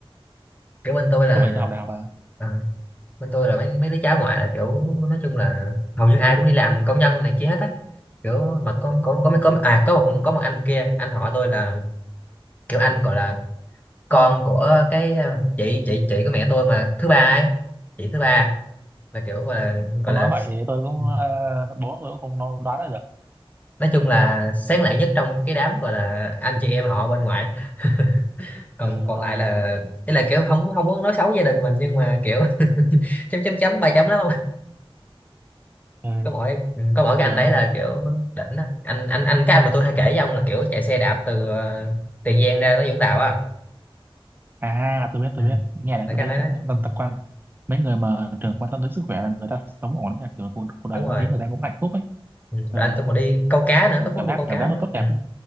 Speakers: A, on the left; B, on the right.
A: kiểu bên tôi là
B: Có mình tôi học đại học à.
A: ờ, bên tôi là mấy mấy đứa cháu ngoại là kiểu nói chung là hầu như ai cũng đi làm công nhân này kia hết á kiểu mà có có có mấy
B: Ừ.
A: có à có một có một anh kia anh họ tôi là kiểu anh gọi là con của cái ờ, chị chị chị của mẹ tôi mà thứ ba ấy chị thứ ba là kiểu gọi là gọi
B: Ông
A: là
B: nói vậy thì tôi cũng,
A: ừ,
B: ờ, bố tôi cũng không nói- đoán ra được.
A: nói chung là sáng lạng nhất trong cái đám gọi là anh chị em họ bên ngoại <laughs> còn
B: Ừ,
A: còn
B: ờ,
A: lại là ý là kiểu không không muốn nói xấu gia đình mình nhưng mà kiểu <laughs> chấm chấm chấm ba chấm lắm
B: ờ,
A: có mỗi có mỗi cái
B: kiểu,
A: anh đấy là kiểu đỉnh đó anh anh anh cái anh mà tôi hay kể với ông là kiểu chạy xe đạp từ ờ, Tiền Giang ra tới Vũng Tàu á
B: à, tôi biết,
A: ừ.
B: tôi biết. Nghe là
A: là
B: tôi
A: cái anh
B: thấy
A: đấy
B: cũng
A: đấy
B: quan tâm
A: ừ.
B: tập quan. Mấy người mà thường quan tâm đến sức khỏe là người ta sống ổn lắm nha. Kiểu cuộc, cuộc đời
A: đúng
B: người
A: rồi
B: ta thấy người ta cũng hạnh phúc ấy.
A: ừ. rồi
B: Ờ,
A: anh tôi còn đi câu cá nữa
B: cảm
A: có thú
B: cảm
A: vui
B: giác,
A: câu cá
B: cảm giác nó
A: nữa
B: tốt
A: ừ.
B: đẹp ấy.